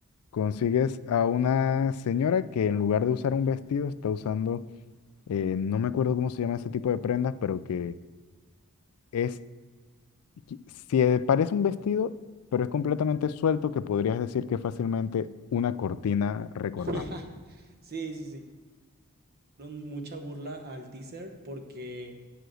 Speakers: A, on the left; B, on the right.
A: consigues a una señora que en lugar de usar un vestido está usando, eh, no me acuerdo cómo se llama ese tipo de prendas, pero que... Es qui- Se parece un vestido, pero es completamente suelto que podrías decir que es fácilmente una cortina recortada.
B: <laughs> Sí, sí, sí. Dieron mucha burla al teaser porque,